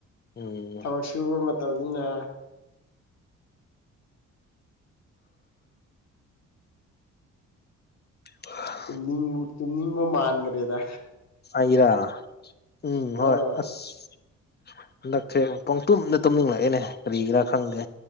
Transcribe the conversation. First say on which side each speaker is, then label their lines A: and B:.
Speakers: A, on the left; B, on the left.
A: ꯎꯝ
B: ꯊꯕꯛ ꯁꯨꯕ ꯃꯇꯝꯅꯤꯅ
A: <unintelligible>
B: ꯇꯨꯝꯅꯤꯡ ꯇꯨꯝꯅꯤꯡꯕ ꯃꯥꯟꯒ꯭ꯔꯦꯗ
A: ꯑꯩꯔꯣ ꯎꯝ ꯍꯣꯏ
B: ꯑꯥ
A: ꯑꯁ ꯍꯟꯗꯛꯁꯦ ꯄꯪꯇꯨꯝꯗ ꯇꯨꯝꯅꯤꯡꯂꯛꯑꯦꯅꯦ ꯀꯔꯤꯒꯤꯔꯥ ꯈꯪꯗꯦ